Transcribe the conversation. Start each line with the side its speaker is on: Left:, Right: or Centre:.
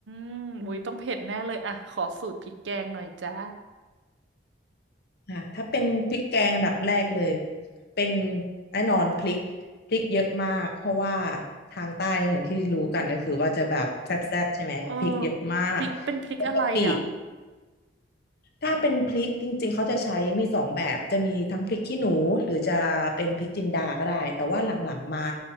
Right: มอุ้ยต้องเผ็ดแน่เลยอ่ะขอสูตรพริกแกงหน่อยจ้า
Left: ค่ะถ้าเป็นพริกแกงอันดับแรกเลยเป็นแน่นอนพริกพริกเยอะมากเพราะว่าทางใต้เนี่ยอย่างที่รู้กันก็คือว่าจะแบบแซ่บๆใช่ไหมพริกเยอะมาก
Right: อืมเออพริกเป็นพริกอะไรอ่ะ
Left: ปกติถ้าเป็นพริกจริงๆเขาจะใช้มีสองแบบจะมีทั้งพริกขี้หนูหรือจะเป็นพริกจินดาก็ได้แต่ว่าหลังๆมา